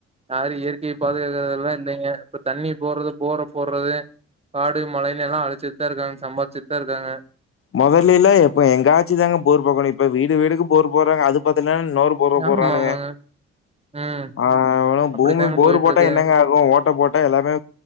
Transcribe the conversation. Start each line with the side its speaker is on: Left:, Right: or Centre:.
Right: யாரும் இயற்கைய பாதுகாக்கறது எல்லா இல்லைங்க இப்ப தண்ணி போர்றது போர்ர போர்றது காடு மலைன்னல்லா அழிச்சிட்தா இருக்காங்க சம்பாரிச்சுட்தா இருக்காங்க
Left: மொதலைல்லா எப்ப எங்காச்சு தாங்க போர் போக்கணு இப்ப வீடு வீடுக்கு போர் போர்றாங்க அது பத்தலன் இன்னொர் போரு போறானுங்க
Right: ஆமாமாங்க. ம்.
Left: ஆ ஆனா
Right: அப்படித்தாங்க
Left: பூமி போரு
Right: போயிட்டுருக்கு.
Left: போட்டா என்னங்க ஃபுல்லா ஓட்ட போட்டே எல்லாமே